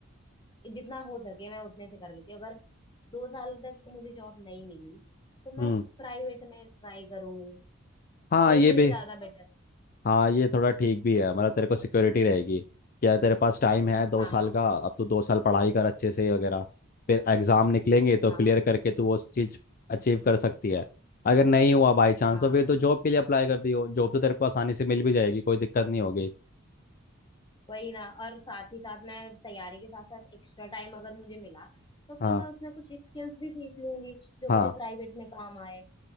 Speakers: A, on the left; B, on the left.
A: जितना हो सके मैं उतने से कर लेती हूँ अगर दो साल तक मुझे जॉब नहीं मिली तो मैं
B: हम्म
A: प्राइवेट में ट्राई करूंगी
B: हाँ
A: ये
B: ये
A: मुझे
B: भी
A: ज्यादा बेटर
B: हाँ ये थोड़ा ठीक भी है मतलब तेरे को सिक्योरिटी रहेगी क्या तेरे पास टाइम है दो
A: हाँ
B: साल का अब तू दो साल पढ़ाई कर अच्छे से वगैरह फिर एग्जाम निकलेंगे तो
A: हाँ
B: क्लियर करके तू वो चीज़ अचीव कर सकती है अगर नहीं हुआ बाई चांस
A: हाँ
B: तो फिर तो जॉब के लिए अप्लाई कर दियो जॉब तो तेरे को आसानी से मिल भी जाएगी कोई दिक्कत नहीं होगी
A: वही ना और साथ ही साथ मैं तैयारी के साथ साथ एक्स्ट्रा टाइम अगर मुझे मिला तो फिर
B: हाँ
A: मैं उसमें कुछ स्किल्स भी सीख लूंगी जो
B: हाँ
A: मुझे प्राइवेट में काम आए